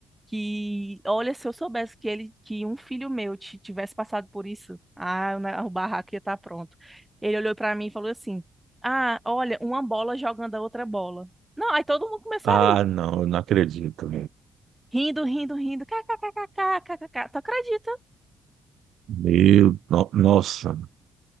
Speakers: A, in the centre; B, on the right (about 65°).
A: Que, olha, se eu soubesse que ele, que um filho meu ti- tivesse passado por isso, ah, o ne- o barraco ia estar pronto. Ele olhou pra mim e falou assim: Ah, olha, uma bola jogando a outra bola. Não, aí todo mundo começou
B: Ah,
A: a rir.
B: não, eu não acredito.
A: Rindo, rindo, rindo. KKKKK, KKK. Tu acredita?
B: Meu, no- nossa,